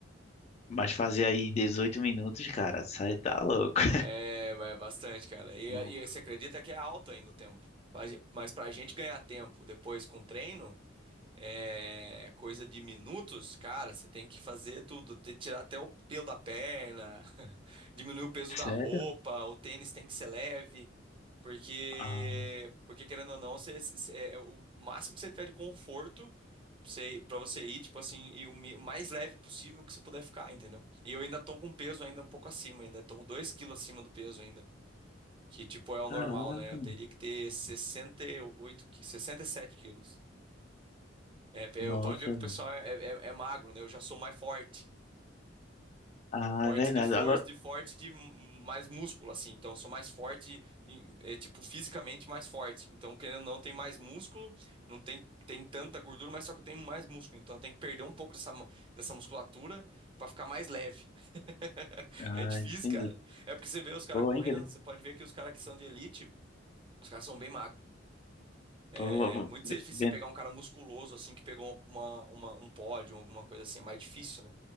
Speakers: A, on the left; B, on the right.
A: Mas fazer aí 18 minutos, cara, sai tá louco.
B: É, é bastante, cara. E,
A: <laughs>
B: e você acredita que é alto ainda o tempo. Pra gen- Mas pra gente ganhar tempo depois com treino, é coisa de minutos, cara, você tem que fazer tudo. te- Tirar até o pelo da perna, <laughs> diminuir o peso
A: Sério?
B: da roupa, o tênis tem que ser leve. Porque,
A: Ah,
B: porque querendo ou não, você, você- é o máximo que você tiver de conforto pra você, pra você ir, tipo assim, e o, mi- o mais leve possível que você puder ficar, entendeu? E eu ainda tô com peso ainda um pouco acima, ainda tô 2 quilos acima do peso ainda. Que, tipo, é o
A: caraca,
B: normal, né? Eu
A: mano.
B: teria que ter 68, qui- 67 quilos. É, eu
A: Nossa,
B: posso ver que o
A: velho.
B: pessoal é, é, é magro, né? Eu já sou mais forte.
A: Ah,
B: Forte
A: é verdade.
B: de força,
A: Agora.
B: de forte de m- mais músculo, assim. Então, eu sou mais forte, em- é, tipo, fisicamente mais forte. Então, querendo ou não, tem mais músculo, não tem, tem tanta gordura, mas só que eu tenho mais músculo. Então, eu tenho que perder um pouco dessa, mu- dessa musculatura pra ficar mais leve. <laughs>
A: Ah,
B: É difícil,
A: entendi.
B: cara. É porque você vê os caras
A: Boa,
B: correndo,
A: hein, querido?
B: você pode ver que os caras que são de elite, os caras são bem magros.
A: Boa,
B: É
A: boa.
B: muito
A: Ve-
B: difícil
A: ve-
B: você pegar um cara musculoso, assim, que pegou uma, uma- um pódio, alguma coisa assim. É mais difícil, né?